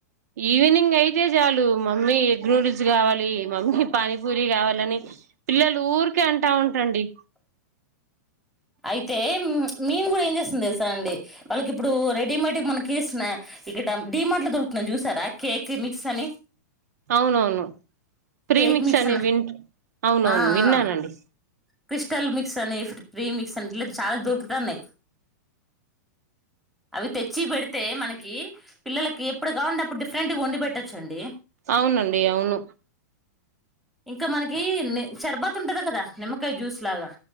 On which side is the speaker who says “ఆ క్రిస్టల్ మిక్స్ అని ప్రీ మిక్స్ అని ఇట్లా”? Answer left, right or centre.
Centre